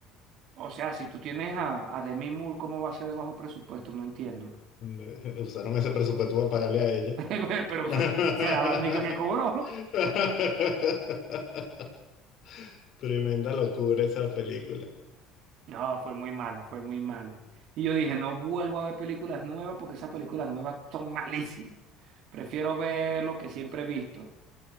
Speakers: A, on the right; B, on the left.
A: O sea, si tú tienes a, a Demi Moore, ¿cómo va a ser de bajo presupuesto? No entiendo.
B: <laughs> Eh, Usaron ese presupuesto para pagarle a ella.
A: <laughs> Pero
B: <laughs>
A: o sea, será la única que cobró. <laughs>
B: Tremenda locura esa película.
A: No, fue muy mala, fue muy mala. Y yo dije, no vuelvo a ver películas nuevas porque esas películas nuevas son malísimas. Prefiero ver lo que siempre he visto.